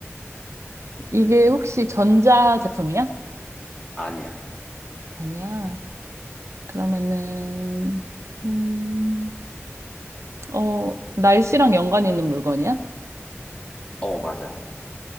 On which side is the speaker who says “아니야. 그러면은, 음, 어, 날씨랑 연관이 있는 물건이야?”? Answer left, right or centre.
Right